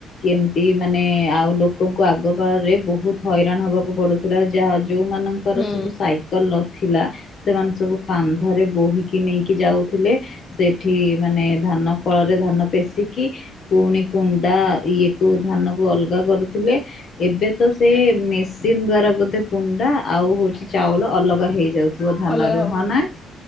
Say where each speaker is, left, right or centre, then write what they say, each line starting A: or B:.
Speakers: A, on the left; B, on the left.
A: କେମତି ମାନେ ଆଉ ଲୋକଙ୍କୁ ଆଗ କାଳରେ ବହୁତ ହଇରାଣ ହବାକୁ ପଡୁଥିଲା ଯାହା ଯୋଉମାନଙ୍କ
B: ହୁଁ
A: ର ସବୁ ସାଇକେଲ ନଥିଲା ସେମାନେ ସବୁ କାନ୍ଧରେ ବୋହି କି ନେଇକି ଯାଉଥିଲେ ସେଠି ମାନେ ଧାନ କଳରେ ଧାନ ପେେଶିକି ପୁଣି କୁଣ୍ଡା ଇଏ କୁ ଧାନକୁ ଅଲଗା କରୁଥିଲେ। ଏବେ ତ ସେ ମେସିନ ଦ୍ଵାରା ବୋଧେ କୁଣ୍ଡା ଆଉ ହଉଛି। ଚାଉଳ ଅଲଗା ହେଇଯାଉଥିବ ଧାନ
B: ଅଲଗା
A: ରୁ
B: ହୁଁ
A: ହଁ ନା?